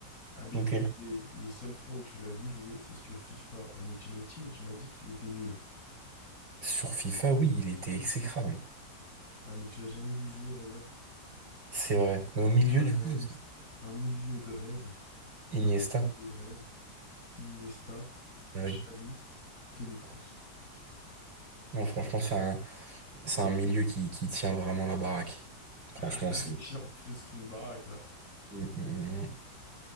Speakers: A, on the left (about 55°); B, on the right (about 80°).
A: Abed
B: Ok.
A: Diablé, le seul fois où tu l'as vu jouer, c'est sur FIFA en Ultimate Team et tu m'as dit qu'il était nul.
B: Sur FIFA, oui, il était exécrable.
A: Ouais, mais tu l'as jamais vu jouer en vrai.
B: C'est vrai. Mais au
A: Faut
B: milieu,
A: qu'on soit réaliste.
B: du coup, c'est
A: Un milieu de rêve,
B: Iniesta.
A: un milieu de rêve, c'est Iniesta,
B: Ah oui.
A: Xavi, Toni Kroos. <laughs>
B: Ouais, franchement, c'est un, c'est un milieu qui, qui tient vraiment la baraque. Franchement,
A: Ah Là,
B: c'est...
A: il tient plus qu'une baraque là.
B: Mm, mm, mm.